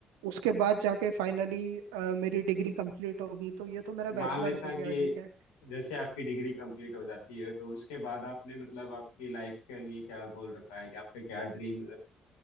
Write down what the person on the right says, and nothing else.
उसके बाद जाके फाइनली uh, मेरी डिग्री कंप्लीट होगी तो ये तो मेरा
बैचलर्स
हो
गया
ठीक है